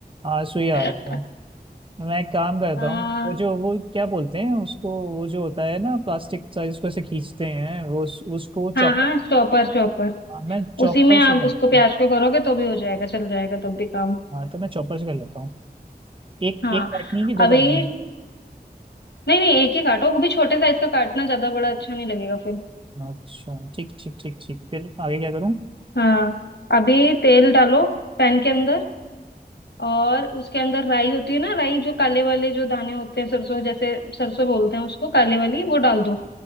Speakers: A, on the right; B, on the left.
A: आंसू ही आ
B: <laughs>
A: रहा था मैं एक काम करता
B: हाँ
A: हूँ वो जो वो क्या बोलते हैं उसको वो जो होता है ना प्लास्टिक सा जिसको ऐसे खींचते हैं वो उस, उसको चॉपर
B: हाँ हाँ चॉपर चॉपर
A: हाँ, मैं चॉपर
B: उसी में आप
A: से कर
B: उसको
A: लेता
B: प्याज
A: हूँ
B: को करोगे तो भी हो जाएगा चल जाएगा तब भी काम
A: हाँ तो मैं चॉपर से कर लेता हूँ एक
B: हाँ
A: एक काटनी है कि दो
B: अभी
A: काटनी है
B: नहीं नहीं एक ही काटो वो भी छोटे साइज का काटना ज्यादा बड़ा अच्छा नहीं लगेगा फिर
A: अच्छा ठीक ठीक ठीक ठीक फिर आगे क्या करूँ
B: हाँ अभी तेल डालो पैन के अंदर और उसके अंदर राई होती है ना राई जो काले वाले जो दाने होते हैं सरसों जैसे सरसों बोलते हैं उसको काले वाली वो डाल दो